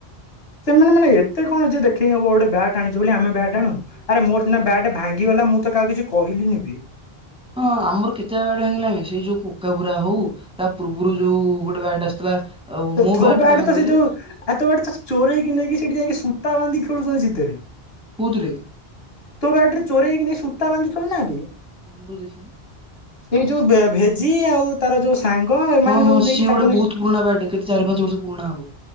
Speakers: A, on the left (about 70°); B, in the centre.
A: ସେମାନେ ମାନେ ଏତେ କଣ ଯେ ଦେଖେଇ ହବ ଗୋଟେ ବ୍ୟାଟ ଆଣିଚି ବୋଲି ଆମେ ବ୍ୟାଟ ଆଣୁନୁ। ଆରେ ମୋର ସିନା ବ୍ୟାଟ ଭାଙ୍ଗିଗଲା ମୁଁ ତ କାହାକୁ କିଛି କହିଲିିନି ବି।
B: ହଁ ଆମର କେତେ ବ୍ୟାଟ ଭାଙ୍ଗିଲାଣି ସେଇ ଯୋଉ କୋକାପୁରା ହଉ ତା ପୂର୍ବରୁ ଯୋଉ ଗୋଟେ ବ୍ୟାଟ ଆସିଥିଲା ଆଉ
A: ସେ
B: ମୋ
A: ଥୋ
B: ବ୍ୟାଟ୍
A: ବ୍ୟାଟ
B: ଗୋଟେ ଭାଙ୍ଗିଦେଲେ
A: ତୋ ସେ ଯୋଉ ତୋ ବ୍ୟାଟ ତ ଚୋରେଇକି ନେଇକି ସେଠି ଯାଇକି ସୂତା ବାନ୍ଧି ଖେଳୁଚନ୍ତି ଶୀତିରେ।
B: କୋଉଥିରେ?
A: ତୋ ବ୍ୟାଟରେ ଚୋରେଇକିି ନେଇକି ସୂତା ବାନ୍ଧିକି ଖେଳୁନାହାନ୍ତିି।
B: ମୁଁ ତ ଦେଖିନି।
A: ଏଇ ଯୋଉ ବ୍ୟ ଭେଜି ଆଉ ତାର ଯୋଉ ସ୍ ସାଙ୍ଗ ଏମାନେ
B: ହଁ ହଁ
A: ସବୁ ନେଇକି
B: ସିଏ
A: ତାକୁ
B: ଗୋଟେ
A: ନେଇ
B: ବହୁତ ପୁରୁଣା ବ୍ୟାଟ କେତେ ଚାରି ପାଞ୍ଚ ବର୍ଷ ପୁରୁଣା ହବ।